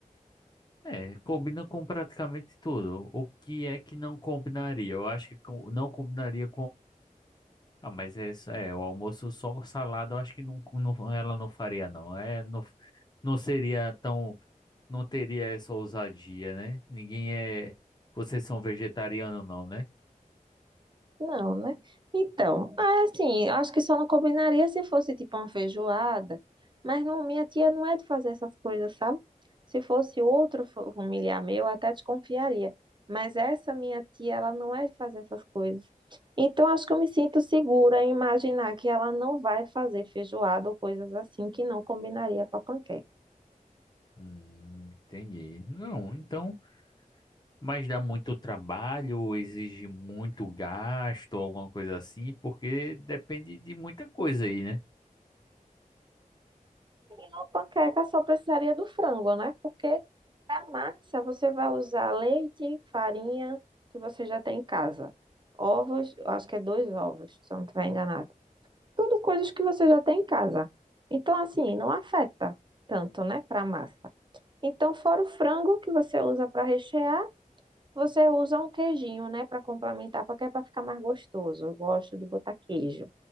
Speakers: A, on the left; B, on the right.
A: É, combina com praticamente tudo. O que é que não combinaria? Eu acho que com- não combinaria Ah, mas é isso, é, o almoço só o salada, eu acho que não, não- ela não faria, não. É, não, não seria tão, não teria essa ousadia, né? Ninguém é, vocês são vegetariano, não, né?
B: Não, né? Então, ah, assim, eu acho que só não combinaria se fosse tipo uma feijoada, mas não, minha tia não é de fazer essas coisas, sabe? Se fosse outro fa- familiar meu, eu até desconfiaria, mas essa minha tia, ela não é de fazer essas coisas. Então, acho que eu me sinto segura em imaginar que ela não vai fazer feijoada ou coisas assim que não combinaria com a panqueca.
A: Hum, entendi. Não, então, mas dá muito trabalho, exige muito gasto, alguma coisa assim, porque depende de muita coisa aí, né?
B: Uma panqueca só precisaria do frango, né? Porque a massa você vai usar leite, farinha, que você já tem em casa. Ovos, eu acho que é dois ovos, se eu não estiver enganado. Tudo coisas que você já tem em casa. Então, assim, não afeta tanto, né, para a massa. Então, fora o frango que você usa para rechear, você usa um queijinho, né, para complementar, porque é para ficar mais gostoso. Eu gosto de botar queijo.